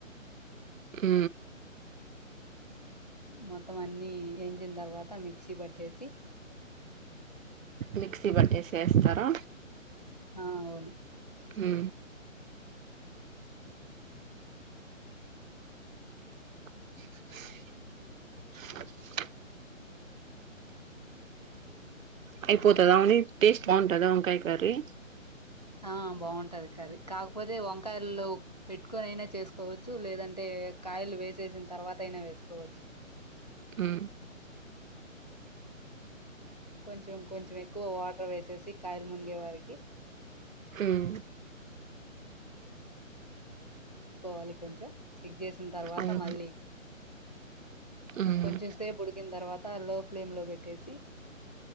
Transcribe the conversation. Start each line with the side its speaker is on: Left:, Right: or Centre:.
Right: ఊ
Left: మొత్తం అన్ని ఎంచిన తర్వాత మిక్సీ పట్టేసి
Right: మిక్సీ పట్టేసేస్తారా
Left: ఆ అవును
Right: హు <unintelligible>
Left: <unintelligible>
Right: అయిపోతుంద టేస్ట్ బాగుంటదా వంకాయ్ కర్రీ
Left: ఆ బాగుంటది కర్రీ కాకపోతే వంకాయల్లో పెట్టుకొనియినా చేసుకోవచ్చు లేదంటే కాయలు వేసేసిన తర్వాత అయిన వేసుకోవచ్చు
Right: హు
Left: కొంచెం కొంచెం ఎక్కువ వాటర్ వేసేసి కాయలు మునిగే వారికి
Right: మ్మ్
Left: వాలి కొంచెం చెక్ చేసిన తర్వాత
Right: అవును
Left: మళ్ళీ
Right: మ్మ్
Left: కొంచెం సేపు కిిన తర్వాత లో ఫ్లేమ్ లో పెట్టేసి